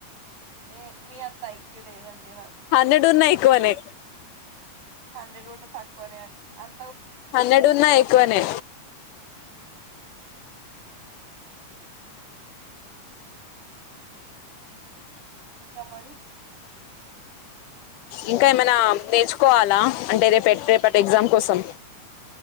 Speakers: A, on the right; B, on the left.
A: ఏ మీ అంత ఐక్యూ లేదండి
B: హండ్రెడ్ ఉన్నా ఎక్కువనే
A: ఏదో హండ్రెడ్ కూడా తక్కువనే అం అం
B: హండ్రెడ్ ఉన్న ఎక్కువనే
A: <inaudible> ఇంకా మరి
B: ఇంకా ఏమైనా నేర్చుకోవాలా అంటే రేప రేపటి ఎగ్జామ్ కోసం